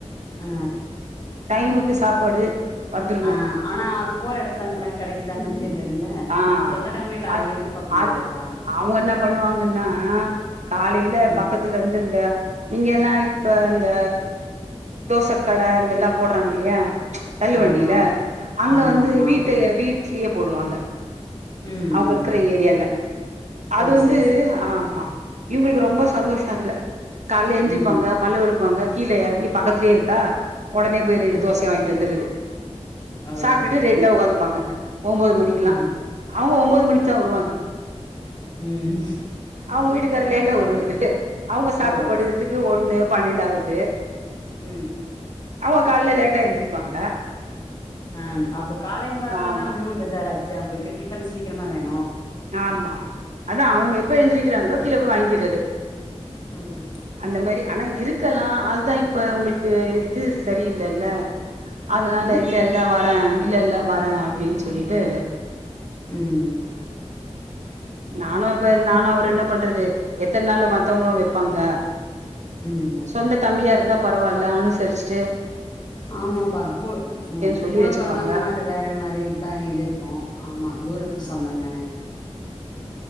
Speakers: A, on the left; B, on the right.
A: ஆ
B: டைமு க்கு சாப்பாடு வந்துரனோ
A: ஆ ஆனா போற எடத்துல அந்த மாரி கெடைக்குதான்னு தெர்லல்ல
B: ஆ
A: சொந்தக்காரங்க வீட்ல
B: அ
A: அத எதிர்பாக்க முடியாதுதா
B: அது அவங்கோ என்ன பண்ணுவாங்கன்னா காலையில
A: ம்
B: பக்கத்துலருந்து இந்த இங்கல்லா இப்ப இந்த தோச கட அதெல்லா போடுறாங்கல்லையா ச் தள்ளுவண்டில
A: ஆமா
B: அங்க
A: ஆமா
B: வந்து
A: ஆமா
B: வீட்டய வீட் ட்லிய போடுவாங்க
A: ம்
B: அவுங்க இருக்கிற ஏரியால
A: ம்
B: அது
A: ஓ
B: வந்து
A: செரி செரி செரி
B: ஆமா இவங்களுக்கு ரொம்ப சந்தோஷோ அதுல கால்ல எந்திரிப்பாங்க
A: ம்
B: பல்லு வெழக்குவாங்க கீழ இறங்கி பக்கத்துலயே இருக்கா ஒடனே போய் ரெண்டு
A: ஆ
B: தோசைய வாங்கிட்டு வந்தற்றது சாப்ட்டுட்டு
A: ஓஹோ
B: ரெட்டா உக்காந்துப்பாங்க ஒன்போது மணிக்கெல்லா
A: ம்
B: அவுங்க ஒன்போது மணிக்கு தா வருவாங்க
A: ம்
B: அவுங்க வீட்டுக்கார் லேட்டா வருவாரு அவுங்க சாப்ட்டு
A: ஓ
B: படுக்கறதுக்கு
A: ச
B: ஒண்ணு பன்னென்டாவது
A: உ
B: அவுங்க கால்ல லேட்டா எந்திரிப்பாங்க
A: அ அப்போ காலங்காத்துலதா
B: ஆமா
A: இன்னு. பேஜாராச்ச அவங்களுக்கு டிஃபன் சீக்கிரமா வேணும்
B: ஆமா அதா அவுங்க எப்ப எந்திரிக்கறாங்களோ கீழ போய் வாங்கிறது
A: ம்
B: அந்த மாரி ஆனா இருக்கலா அதுதா இப்ப உங்களுக் க்கு இது சரியில்லல அதனால
A: ம்
B: இல்ல இல்ல வ ஆ இல்ல இல்ல வர அப்டின் சொல்லி து
A: ம் ம் ம்
B: நானு இப்ப நானு அவரு என்ன பண்றது எத்தன நாள் மத்தவங்களும் வைப்பாங்க
A: ம் ம்.
B: சொந்த தம்பியா இருந்தா பரவால்ல அனுசரிச்சிட்டு
A: ஆமாப்பா கூ ம்
B: சொல்லி
A: கூட
B: வச்சுப்பாங்க
A: பொறந்தவங்கன்னா அது வேற மாரி இதுதா இது இருக்கும் ஆமா தூரத்து சொந்த தானே